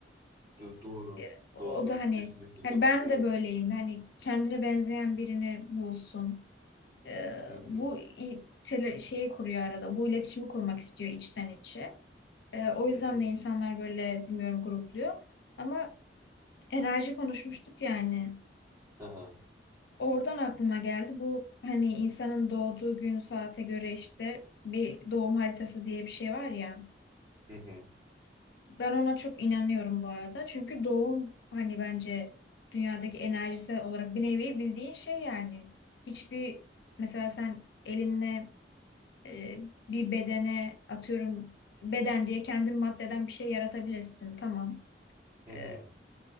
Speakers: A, on the right; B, on the left.
A: Do- doğru
B: E, o
A: doğru
B: da hani
A: kesinlikle
B: hani
A: katılıyorum.
B: ben de böyleyim. Hani kendine benzeyen birini bulsun. Ee,
A: Hı hı.
B: bu i- tele, şeyi kuruyor arada. Bu iletişimi kurmak istiyor içten içe. Ee, o yüzden
A: Hı hı.
B: de insanlar böyle bilmiyorum grupluyor. Ama enerji konuşmuştuk yani.
A: Aha.
B: Oradan aklıma geldi. Bu hani insanın doğduğu gün saate göre işte bir doğum haritası diye bir şey var ya.
A: Hı hı.
B: Ben ona çok inanıyorum bu arada. Çünkü doğum hani bence dünyadaki enerjisi olarak bir nevi bildiğin şey yani. Hiçbir mesela sen elinle e, bir bedene atıyorum beden diye kendin maddeden bir şey yaratabilirsin. Tamam.
A: Hı hı.
B: E,